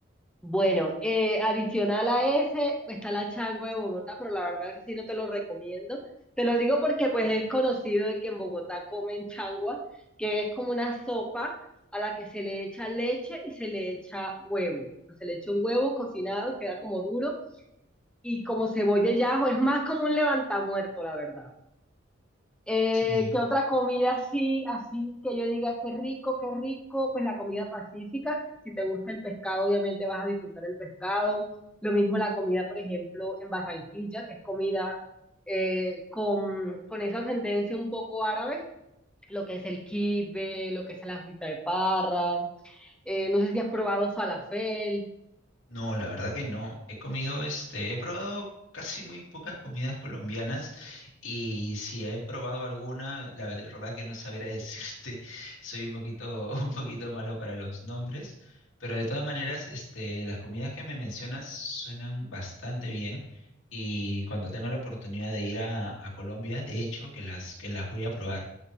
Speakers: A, in the centre; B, on the left.
A: Bueno, eh, adicional a ese está la chango de Bogotá, pero la verdad ese sí no te lo recomiendo. Te lo digo porque pues es conocido de que en Bogotá comen changua, que es como una sopa a la que se le echa leche y se le echa huevo. Se le echa un huevo cocinado, queda como duro y como cebolla y ajo, es más como un levantamuerto, la verdad. Eh,
B: Sí.
A: ¿qué otra comida así, así que yo diga qué rico, qué rico? Pues la comida pacífica, si te gusta el pescado, obviamente vas a disfrutar el pescado. Lo mismo la comida, por ejemplo, en Barranquilla, que es comida eh, con, con esa ascendencia un poco árabe, lo que es el kibbe, lo que es la fita de parra. Eh, no sé si has probado falafel.
B: No, la verdad que no. He comido, este, he probado casi muy pocas comidas colombianas y si he probado alguna, la verdad que no sabría decirte. <laughs> Soy un poquito, <laughs> un poquito malo para los nombres, pero de todas maneras, este, las comidas que me mencionas suenan bastante bien y cuando tenga la oportunidad de ir a, a Colombia, de hecho, que las, que las voy a probar.